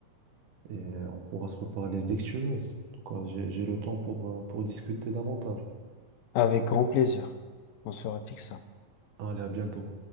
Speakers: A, on the right (about 65°); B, on the left (about 80°).
A: et euh, on pourra se reparler dès que tu veux. En tout cas, j'ai, j'ai le temps pour, euh, pour discuter davantage.
B: avec grand plaisir, on se refixe ça.
A: Allez, à bientôt.